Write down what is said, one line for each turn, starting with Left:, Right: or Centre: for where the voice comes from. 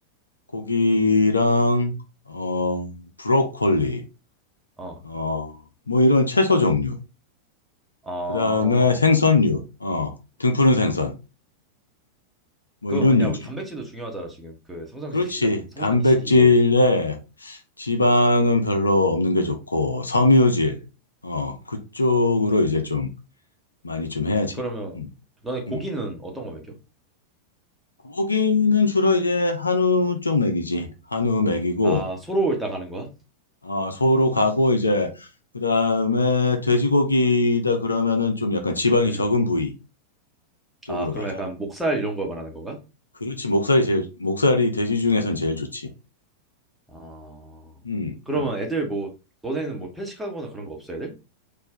Left: 고기랑 어 브로콜리
Centre: 어.
Left: 어 뭐 이런 채소 종류
Centre: 어.
Left: 그 다음에 생선류 어 등푸른 생선 뭐
Centre: 그거
Left: 이런
Centre: 뭐냐?
Left: 유지
Centre: 우리 단백질도 중요하잖아, 지금. 그 성장기
Left: 그렇지
Centre: 시 성장기
Left: 단백질에
Centre: 시기에.
Left: 지방은 별로 없는 게 좋고 섬유질 어 그쪽으로 이제 좀 많이 좀 해야지
Centre: 그러면
Left: 음,
Centre: 너네 고기는
Left: 음.
Centre: 어떤 거 먹여?
Left: 고기는 주로 이제 한우 쪽 먹이지
Centre: 음.
Left: 한우 먹이고
Centre: 아, 소로 일단 가는 거야?
Left: 아, 소로 가고 이제 그다음에 돼지고기다 그러면은 좀 약간 지방이
Centre: 음.
Left: 적은 부위 쪽으로
Centre: 아, 그러면
Left: 가지.
Centre: 약간 목살 이런 걸 말하는 건가?
Left: 그렇지 목살이 제일 목살이 돼지 중에선 제일 좋지.
Centre: 아,
Left: 음,
Centre: 그러면
Left: 음.
Centre: 애들 뭐, 너네는 뭐 편식하거나 그런 거 없어, 애들?